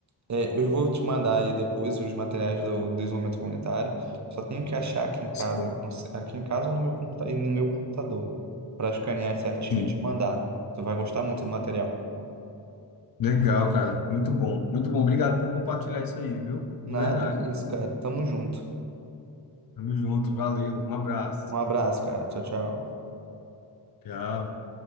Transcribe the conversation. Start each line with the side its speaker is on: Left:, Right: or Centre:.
Right: é, eu vou te mandar aí depois os materiais do, do desenvolvimento comunitário. Só tenho que achar aqui em casa,
Left: Sim.
Right: não sei, aqui em casa ou no meu computa e no meu computador, para escanear certinho
Left: Sim.
Right: e te mandar. Tu vai gostar muito do material.
Left: Legal, cara. Muito bom. Muito bom. Obrigado por compartilhar isso aí, viu? De
Right: Nada
Left: verdade.
Right: que isso, cara. Tamo junto.
Left: Tamo junto. Valeu. Um abraço.
Right: Um abraço, cara. Tchau, tchau.
Left: Tchau.